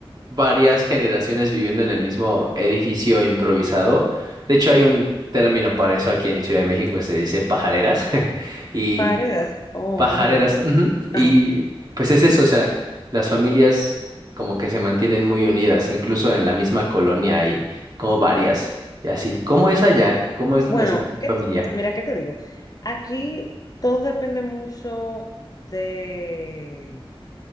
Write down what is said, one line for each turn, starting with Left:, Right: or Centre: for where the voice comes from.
Right: varias generaciones viviendo en el mismo edificio improvisado. De hecho, hay un término para eso aquí en Ciudad de México que se dice pajareras. <laughs> Y
Left: Paredes. Oh,
Right: Pajareras.
Left: no sabía.
Right: ujú. Y
Left: Ajá.
Right: pues es eso, o sea, las familias como que se mantienen muy unidas, incluso en la misma colonia hay como varias y así. ¿Cómo es allá? ¿Cómo es
Left: Bueno,
Right: la situación
Left: ¿qué-
Right: familiar?
Left: mira, ¿qué te digo? Aquí todo depende mucho de,